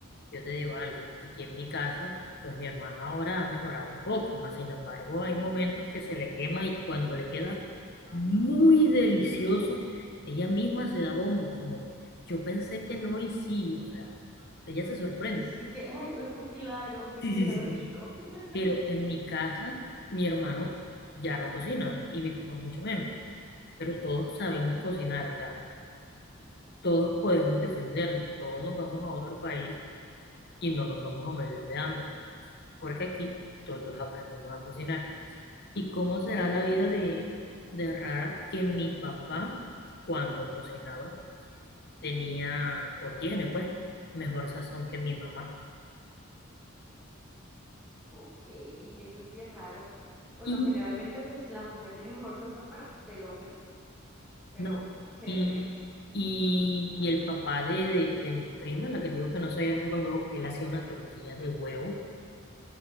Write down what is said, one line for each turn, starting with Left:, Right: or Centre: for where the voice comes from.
Left: Yo te digo algo, aquí en mi casa, pues mi hermana ahora ha mejorado un poco, más sin embargo hay momentos que se le quema y cuando le queda muy delicioso, ella misma se da bombos, como yo pensé que no y sí, o sea, ella se sorprende.
Centre: Es y que, ay, hoy fue un milagro, hoy
Left: Sí,
Centre: me
Left: sí,
Centre: quedó
Left: sí.
Centre: rico. <laughs>
Left: Pero en mi casa, mi hermano ya no cocina y mi papá mucho menos, pero todos sabemos cocinar, o sea, todos podemos defendernos, todos nos vamos a otro país y no nos vamos a morir de hambre. porque aquí todos aprendimos a cocinar. ¿Y cómo será la vida de, de rara que mi papá, cuando cocinaba, tenía o tiene, pues, mejor sazón que mi mamá?
Centre: Ok, eso sí es raro. Bueno,
Left: Y
Centre: generalmente pues la mujer tiene mejor sazón, bueno, del hombre, pero
Left: no,
Centre: chévere.
Left: y, y, y el papá de, de, de mis primas, la que digo que no sabía hacer un huevo, él hacía una tortilla de huevo,